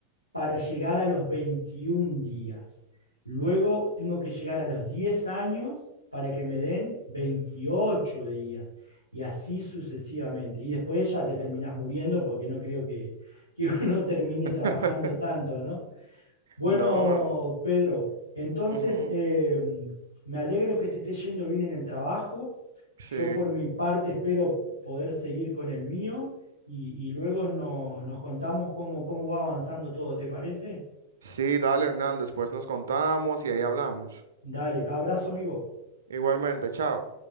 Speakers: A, on the left; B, on the right.
A: para llegar a los 21 días. Luego tengo que llegar a los 10 años para que me den 28 días. Y así sucesivamente. Y después ya te terminás muriendo porque no creo que, que <laughs> uno termine
B: <laughs>
A: trabajando tanto, ¿no? Bueno,
B: No.
A: Pedro, entonces
B: ujú,
A: eh, me alegro que te esté yendo bien en el trabajo.
B: Sí.
A: Yo por mi parte espero poder seguir con el mío y, y luego no- nos contamos cómo, cómo va avanzando todo, ¿te parece?
B: Sí, dale, Hernández, después nos contamos y ahí hablamos.
A: Dale, abrazo, amigo.
B: Igualmente, chao.